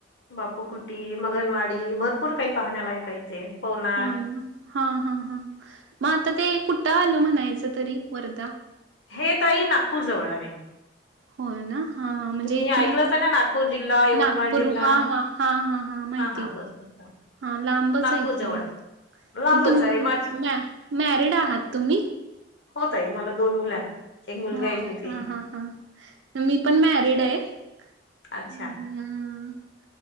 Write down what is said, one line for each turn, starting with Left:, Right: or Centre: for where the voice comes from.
Left: बापूकुटी, मगनवाडी भरपूर काही पाहण्या लायक आहे इथे. पवनार.
Right: होयना हां हां हां म आताते कुट्ट आलं म्हणाय चतरी वरदा?
Left: हे ताई नागपूर जवळ आहे.
Right: होयना? हां म्हंजे
Left: तुम्ही
Right: इथून
Left: ऐकलंच ना नागपूर जिल्हा, यवतमाळ
Right: नागपूर
Left: जिल्हा
Right: हां हां हांहांहां माहितीये.
Left: हा हा <unintelligible>
Right: लांबचाय
Left: नागपूर
Right: किओ
Left: जवळ
Right: म
Left: लांबच
Right: म तुम्ह
Left: आहे माझ
Right: मॅ मॅरिड आहात तुम्ही?
Left: होय ताई मला दोन मुलं आहे. एक मुलगा,
Right: हो
Left: एक मुलगी
Right: हा हा हा मी पण मॅरिड ये. अ....
Left: अच्छा.